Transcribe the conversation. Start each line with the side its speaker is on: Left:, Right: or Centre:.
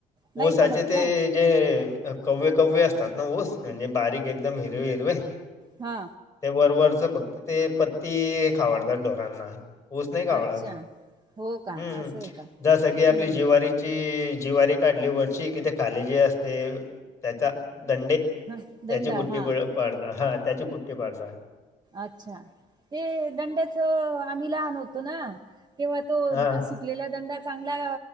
Right: नाही
Left: उसाचे
Right: पडत
Left: ते
Right: का?
Left: जे कवळे- कवळे असतात ना ऊस म्हणजे बारीक एकदम हिरवे- हिरवे.
Right: हा.
Left: ते वरवररचं फक्त ते पत्ती खावडतात ढोरांना. ऊस नाही खावडत
Right: अच्छा. हो का?
Left: हम्म
Right: असं आहे का?
Left: जसा की आपली
Right: हं.
Left: ज्वारी ची ज्वारी काढली वरची कि ते खाले जे असते त्याचा दंडे त्याची
Right: हां. दंडा.
Left: कुट्टी
Right: हां.
Left: पाडता हा त्याची कुट्टी पाडता.
Right: अच्छा ते दंड्याच आम्ही लहान होतो ना तेव्हा तो
Left: हां,
Right: सुखलेला दंड चांगला